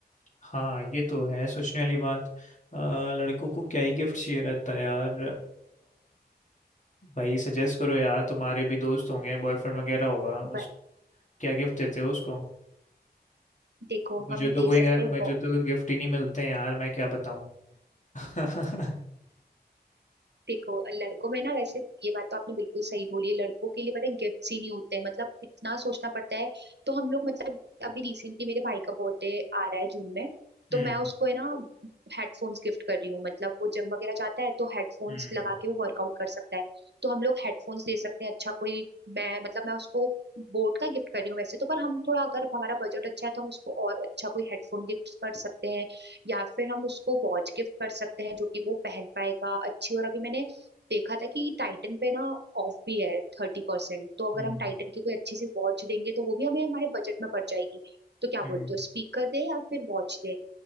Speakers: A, on the left; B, on the right.
A: हाँ ये तो है सोचने वाली बात अ, लड़कों को क्या ही गिफ्ट चाहिए रहता है यार भाई सजेस्ट करो यार तुम्हारे भी दोस्त होंगे बॉयफ्रेंड वगैरह होगा उस
B: ब-
A: क्या गिफ्ट देते हो उसको
B: देखो
A: मुझे
B: हम
A: तो
B: दे
A: कोई
B: सकते हैं
A: मुझे तो गिफ्ट ही नहीं मिलते हैं यार मैं क्या बताऊं <laughs>
B: देखो लड़कों में ना वैसे ये बात तो आपने बिल्कुल सही बोली है, लड़कों के लिए पता है गिफ्ट्स ही नहीं होते हैं मतलब इतना सोचना पड़ता है तो हम लोग मतलब अभी रिसेंटली मेरे भाई का बर्थडे आ रहा है जून में
A: हम्म
B: तो मैं उसको है ना हेडफोन्स गिफ्ट कर रही हूँ मतलब वो जिम वगैरह जाता है तो हेडफोन्स
A: हम्म
B: लगा के वो वर्कआउट कर सकता है तो हम लोग हेडफोन्स दे सकते हैं अच्छा कोई मैं मतलब मैं उसको बोट का गिफ्ट कर रही हूँ वैसे तो पर हम थोड़ा अगर हमारा बजट अच्छा है तो हम उसको और अच्छा कोई हेडफोन गिफ्ट कर सकते हैं या फिर हम उसको वॉच गिफ्ट कर सकते हैं जो कि वो पहन पाएगा अच्छी और अभी मैंने देखा था कि टाइटन पे ना ऑफ भी है थर्टी परसेंट तो अगर
A: हम्म
B: हम टाइटन की कोई अच्छी सी वॉच देंगे तो वो भी हमें हमारे बजट में पड़ जाएगी तो क्या
A: हम्म
B: बोलते हो स्पीकर दे या फिर वॉच दे